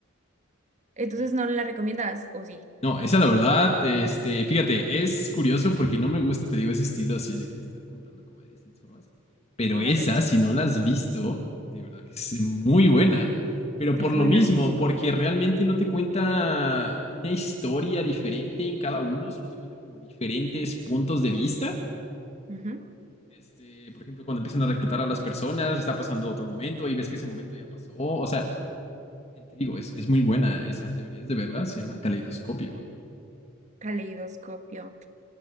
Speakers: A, on the right; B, on the left.
A: Entonces
B: Sí.
A: no la recomiendas, o sí,
B: No, esa la verdad, este, fíjate, es curioso porque no me gusta, te digo, ese estilo así de que estar contando como de distintas formas. Pero
A: no
B: esa,
A: te gusta.
B: si no la has visto, de verdad que es muy buena. Pero
A: Sí,
B: por
A: es
B: lo
A: buena.
B: mismo, porque realmente no te cuenta una historia diferente en cada uno, solo te cuenta como diferentes puntos de vista.
A: Ujú.
B: Este, por ejemplo, cuando empiezan a reclutar a las personas, está pasando otro momento y ves que ese momento ya pasó. O sea, te digo, es, es muy buena esa, deberías de verla, se llama Caleidoscopio.
A: Caleidoscopio.